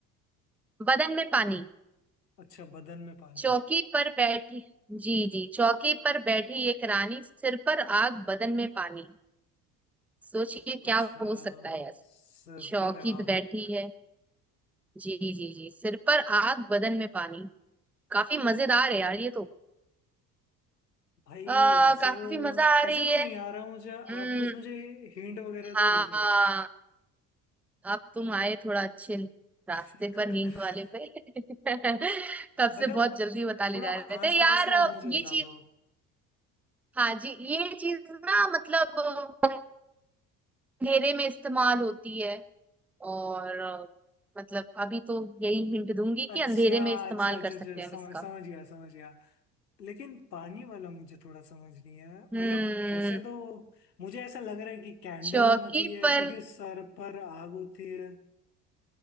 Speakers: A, in the centre; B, on the left (about 85°).
A: बदन में पानी
B: अच्छा बदन में पानी
A: चौकी पर बैठी जी जी चौकी पर बैठी एक रानी सिर पर आग बदन में पानी सोचिए
B: अच्छा
A: क्या हो सकता है
B: सिर
A: शौकीत
B: पर आग
A: बैठी है जी जी जी सिर पर आग बदन में पानी काफी मजेदार है यार ये तो
B: भाई
A: आ,
B: ऐसे
A: काफी
B: तो
A: मजा आ
B: ऐसे
A: रही
B: तो
A: है
B: नहीं आ रहा मुझे आप
A: हम्म
B: कुछ मुझे हिंट वगैरह
A: हाँ
B: दोगे थोड़ा
A: अब तुम आए थोड़ा अच्छे रास्ते
B: <laughs>
A: पर नींद वाले पे <laughs> तब
B: मतलब
A: से बहुत जल्दी बता ले
B: थोड़ा
A: जा रहे थे
B: आसपास
A: यार
B: का आप मुझे
A: ये
B: बता
A: चीज
B: दो
A: हाँ जी ये चीज ना मतलब अंधेरे में इस्तेमाल होती है और मतलब अभी तो यही हिंट दूंगी
B: अच्छा
A: कि अंधेरे में इस्तेमाल
B: अच्छा अच्छा
A: कर सकते
B: अच्छा
A: हैं हम
B: समझ
A: इसका
B: समझ गया समझ गया लेकिन पानी वाला मुझे थोड़ा समझ नहीं है
A: हम्म
B: मतलब वैसे तो मुझे ऐसा लग रहा है कि कैंडल
A: चौकी
B: होना चाहिए
A: पर
B: क्योंकि सर पर आग होती है